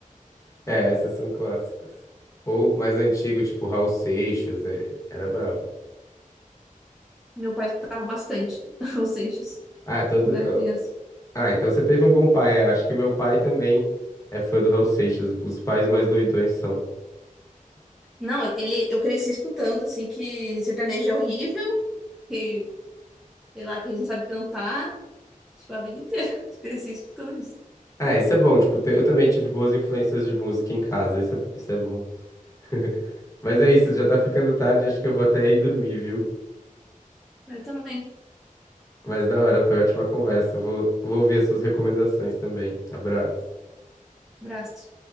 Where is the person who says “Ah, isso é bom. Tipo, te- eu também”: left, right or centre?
Left